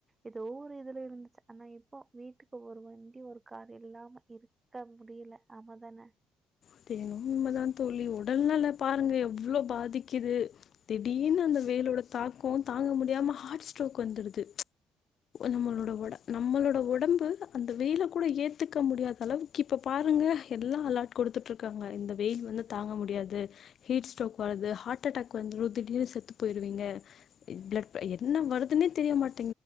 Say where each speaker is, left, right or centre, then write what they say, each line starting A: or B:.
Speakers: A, on the right; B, on the left.
A: ஏதோ ஒரு இதுல இருந்துச்சு ஆனா இப்போ வீட்டுக்கு ஒரு வண்டி ஒரு கார் இல்லாம இருக்க முடியல ஆமதான?
B: அது என்னமோ உண்மதா தோல்லி உடல்நல பாருங்க எவ்ளோ பாதிகிது திடீர்னு அந்த வெயிலோட தாக்கோ தாங்க முடியாம ஹாட் ஸ்ட்டோக் வந்துருது நம்மளோட ஒட நம்மளோட ஒடம்பு அந்த வெயில கூட ஏத்துக்க முடியாத அளவுக்கு இப்ப பாருங்க எல்லா அலாட் குடுத்துட் ங்க இந்த வெயில் வந்து தாங்க முடியாது ஹீட்ஸ்டோக் வருது ஹார்ட்டடாக் வந்துரு திடீர்னு செத்து போயிருவிங்க பிளட் இப்ப என்ன வருதுன்னே தெரிய மாட்